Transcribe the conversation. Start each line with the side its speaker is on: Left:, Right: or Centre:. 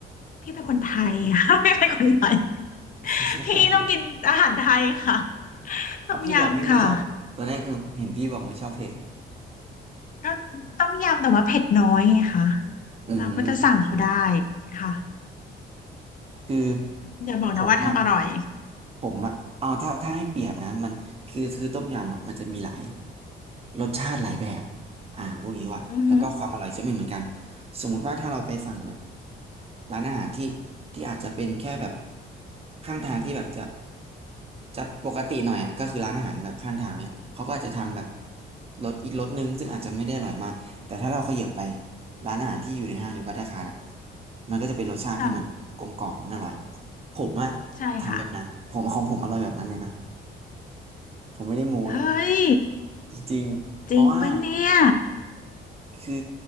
Left: พี่เป็นคนไทยค่ะ <laughs> พี่เป็นคนไทย
Right: <laughs>
Left: พี่ต้องกินอาหารไทยค่ะ ต้มยำค่ะ
Right: ถ้าพี่บอกพี่ไม่ชอบตอนแรกคือเห็นพี่บอกไม่ชอบเผ็ดไง
Left: ก็ต้มยำแต่ว่าเผ็ดน้อยไงคะ
Right: อืม
Left: เราก็จะสั่งเขาได้ค่ะ
Right: คือ
Left: อย่าบอกนะว่าทำอร่อย
Right: ผมอ่ะผมอ่ะเอาถ้าถ้าให้เปรียบนะมันคือคือต้มยำอ่ะมันจะมีหลายรสชาติหลายแบบอ่าพวกนี้ว่ะแล้วก็ความอร่อยจะไม่เหมือนกัน
Left: อือฮึ
Right: สมมุติว่าถ้าเราไปสั่งแบบร้านอาหารที่ที่อาจจะเป็นแค่แบบข้างทางที่แบบจะจะปกติหน่อยอ่ะก็คือร้านอาหารแบบข้างทางเนี่ยเขาก็อาจจะทำแบบรสอีกรสหนึงซึ่งอาจจะไม่ได้อร่อยมากแต่ถ้าเราเขยับไป ร้านอาหารที่อยู่ในห้างหรือภัตตาคารอ่ะมันก็จะเป็นรสชาติที่มันกลมกล่อมมันอร่อย
Left: ค่ะ
Right: ผมอะ
Left: ใช่ค่ะ
Right: ทำแบบนั้นผมของผมอร่อยแบบนั้นเลยนะ ผมไม่ได้โม้นะ
Left: เฮ้ย
Right: จริงๆเพราะว่า
Left: จริงปะเนี่ย
Right: คือ